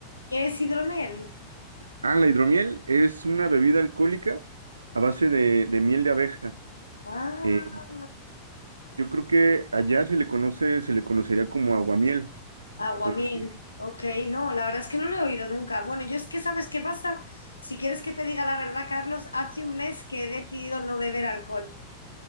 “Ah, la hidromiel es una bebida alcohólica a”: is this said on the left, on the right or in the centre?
Right